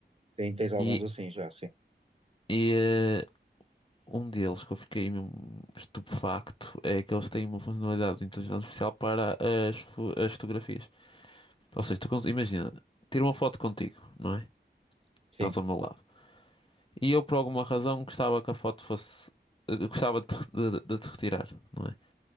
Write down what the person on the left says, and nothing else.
E,
e, ah, um deles que eu fiquei mesmo estupefacto é que eles têm uma funcionalidade de inteligência artificial para as, fo- as fotografias. Ou seja, tu cons- imagina, tiro uma foto contigo, não é?
Estás ao meu lado. E eu, por alguma razão, gostava que a foto fosse. eh, Gostava de, de, de te retirar, não é?